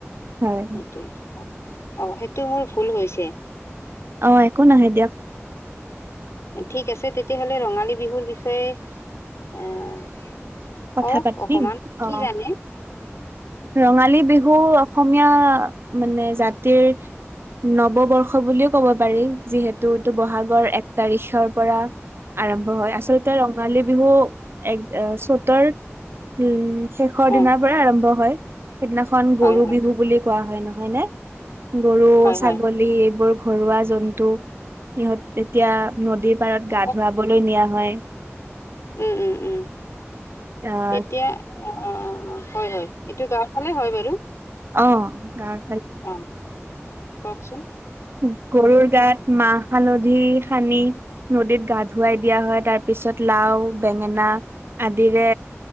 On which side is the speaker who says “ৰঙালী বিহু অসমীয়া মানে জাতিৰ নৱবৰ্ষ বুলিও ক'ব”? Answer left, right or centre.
Right